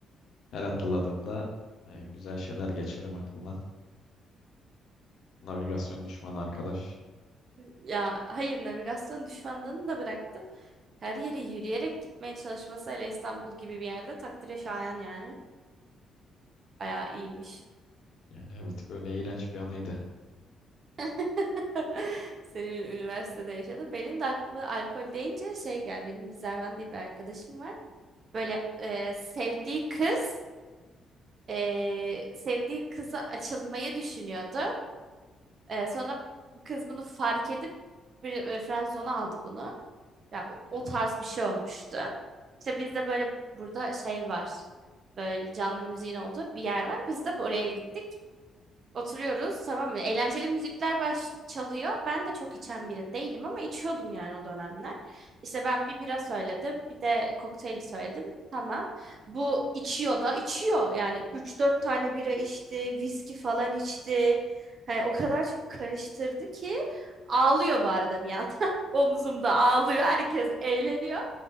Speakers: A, on the left; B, on the right.
A: her hatırladığımda e, güzel şeyler geçiririm aklımdan. Navigasyon düşmanı arkadaş.
B: Ya hayır navigasyon düşmanlığını da bıraktım. Her yere yürüyerek gitmeye çalışması hele İstanbul gibi bir yerde takdire şayan yani. Bayağı iyiymiş.
A: Yani evet böyle iğrenç bir anıydı.
B: <laughs> Senin üniversitede yaşadı. Benim de aklıma alkol deyince şey gel. Benim bir Zervan diye bir arkadaşım var. Böyle e, sevdiği kız e, sevdiği kıza açılmayı düşünüyordu. E, sonra kız bunu fark edip bir e, friend zone'a aldı bunu. Ya o
A: Hı
B: tarz
A: hı.
B: bir şey olmuştu. İşte bizde böyle burada şey var. Böyle canlı müziğin olduğu bir yer var. Biz de buraya gittik. Oturuyoruz tamam mı? Eğlenceli müzikler baş çalıyor. Ben de çok içen biri değilim ama içiyordum yani o dönemler. İşte ben bir bira söyledim, bir de kokteyli söyledim. Tamam. Bu içiyor da içiyor. Yani üç dört tane bira içti, viski falan içti. Hani o kadar çok karıştırdı ki ağlıyor bu arada bir yandan. <laughs> Omzumda ağlıyor. Herkes eğleniyor.